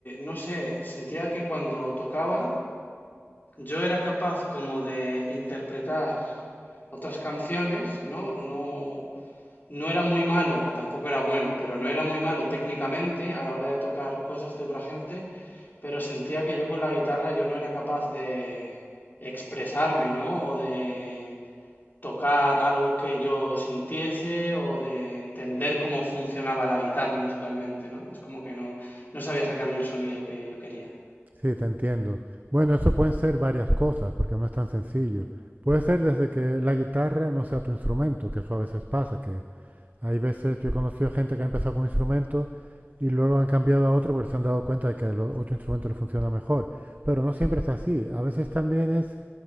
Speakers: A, on the left; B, on the right.
A: no sé, sentía que cuando tocaba... yo era capaz como de interpretar otras canciones, ¿no? No, no era muy malo, tampoco era bueno, pero no era muy malo técnicamente a la hora de tocar cosas de otra gente, pero sentía que yo con la guitarra yo no era capaz de expresarme, ¿no? O de tocar algo que yo sintiese o de entender cómo funcionaba la guitarra musicalmente, ¿no? Es como que no, no sabía sacarle el sonido que yo quería.
B: Sí, te entiendo. Bueno, eso pueden ser varias cosas, porque no es tan sencillo. Puede ser desde que la guitarra no sea tu instrumento, que eso a veces pasa, que hay veces yo he conocido gente que ha empezado con un instrumento y luego han cambiado a otro porque se han dado cuenta de que el o- otro instrumento le funciona mejor. Pero no siempre es así. A veces también es